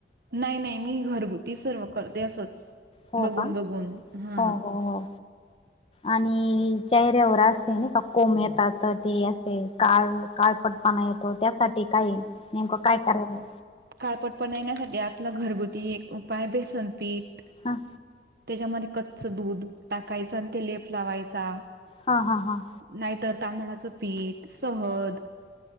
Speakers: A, on the right (about 60°); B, on the left (about 30°).
A: नाहीं नाहीं मी घरंगुती सर्व करते असंच
B: हो
A: बघूंन
B: का?
A: बघूंन हां
B: हो हो हो आणि चेहऱ्यांवर असे नां कां कोंम येतांत ते असे कांळ कांळपट्ट येतो त्यांसाठी कांहीं नेमकं कायं करावं
A: कांळपट पनण्यांसाठी आपंला घरंगुती एक उपाय बेसनपीठ
B: हां
A: त्यांच्यामध्यें कच्च दूधं टाकायचं आणि ते लेप लावायंचा
B: हां हां हां
A: नाहींतर तांदळाचं पीठ सहद